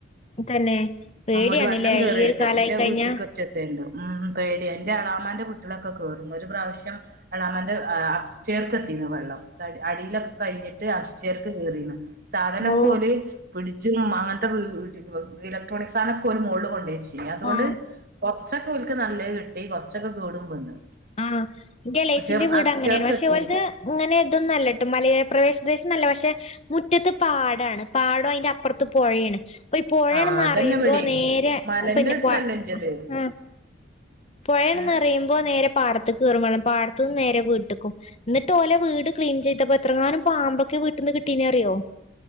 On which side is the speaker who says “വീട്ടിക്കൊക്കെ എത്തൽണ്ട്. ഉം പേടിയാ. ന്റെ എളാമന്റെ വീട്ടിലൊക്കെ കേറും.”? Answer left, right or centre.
Right